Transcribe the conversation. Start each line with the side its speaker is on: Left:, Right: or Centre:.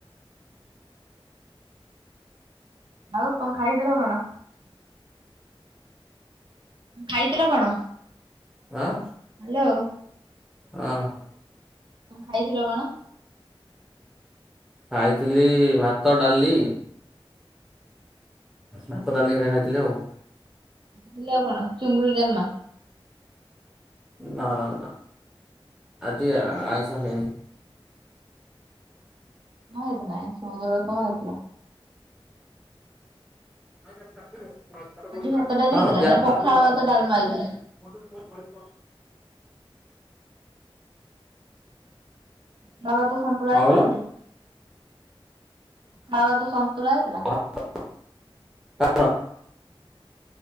Right: ଆଉ କଅଁ ଖାଇ ଥିଲ କଣ? ଖାଇଥିଲ କଣ
Centre: ହହ୍ହ
Right: ହ୍ୟାଲୋ
Centre: ହଁ
Right: କଣ ଖାଇଥିଲ କଣ
Centre: ଖାଇଥିଲି ଭାତ ଡାଲି। ଭକ ଡାଲି ଘରେ ଖାଇଥିଲେ ଆଉ
Right: ପିଲାଉ ପଣ, ଚିଙ୍ଗୁଡ଼ି ଡାଲମା।
Centre: ନାଁ ନାଁ ନାଁ ଆଜି ଆଇଁଷ ହେଇନି।
Right: <unintelligible> କଣ ହଉଥିଲା?
Centre: ହଁକିୟା
Right: ଖାଲି ଭାତ ଡାଲି ହେଇଥିଲା ନା ପଖାଳ ଭାତ ଡାଲମା ହେଇଥିଲା?
Centre: <inaudible>
Right: ଳା ଭାତ ସନ୍ତୁଳା ହେଇଥିଲା
Centre: କହିଲ?
Right: କିରେ? ଳା ଭାତ ସନ୍ତୁଳା ହେଇଥିଲା।
Centre: ହ ଅ।